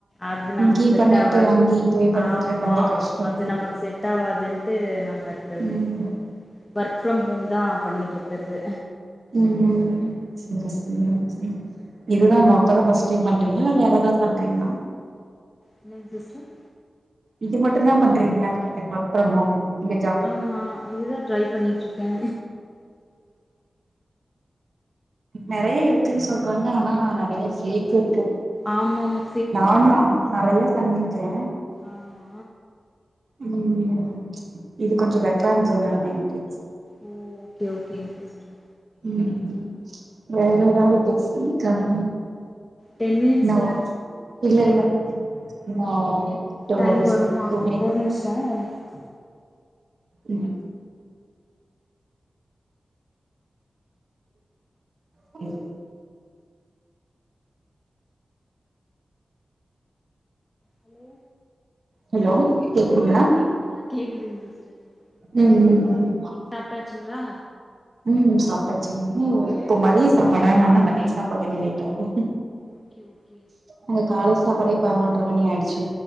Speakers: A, on the left; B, on the right.
A: அது நமக்கு
B: இங்கேயு
A: செட்
B: பண்ணிட்டு
A: ஆவா
B: அங்கேயு போய் பண்ணிட்டு
A: ஆமா
B: ரொம்ப கஷ்டந்தா
A: அது நமக் செட்டாவதுன்ட்டு நம்ம இருக்கறது
B: ம்
A: ஒர்க் ஃபிரம் ஹோம் தா பண்ணிட்டு இருக்கிறது
B: ம் செரி செரி செரி இதுதா மொதல்ல ஃபஸ்ட் டைம் பண்றீங்களா இல்ல வேற எதாவது பண்றீங்களா
A: என்னங் சிஸ்டர்
B: இது மட்டு தா பண்றீங்களான்னு கேட்டே ஒர்க் ஃபிரம் ஹோம் இங்க ஜாப்
A: ஆமா இதுதா ட்ரை பண்ணிட்டு இருக்கே
B: நெறைய இருக்குன்னு சொல்றாங்க ஆனா நெறய ஃபேக் இருக்கு
A: ஆமா ஆமா
B: நானு நெறைய பண்ணியிருக்கே
A: ஆமா
B: ம் இது கொஞ்சோ பெட்டரா இருந்தனால பண்ணிட்டு இருக்க சிஸ்டர்
A: ஓ ஓகே ஓகேங்க சிஸ்டர்
B: ம் வேற ஏதாவது பேசி கம்
A: டென் மினிட்ஸு
B: இன்னு இல்ல இல்ல இன்னு டூ
A: டைம்
B: ஹவர்ஸ்
A: வருமா
B: டூ மினிட்
A: ஒரு நிமிஷோ ஒரு நிமிஷோ
B: ங்க ஹலோ
A: ஹலோ
B: ஹலோ கேக்குதுங்களா
A: ஆ ஓக் ஆ கேக்குதுங்க சிஸ்டர்
B: ம் ம்
A: நீங்க சாப்ட்டாச்சுங்களா
B: ம் சாப்டாச்சுங்க இப்ப மதிய சாப்பாடா நா இன்னு மதிய சாப்பாடு இன்னு லேட் ஆகு
A: ஓகே ஓகே
B: இங்க காலைல சாப்பாடே பதினொன்ற மணி ஆயிடுச்சு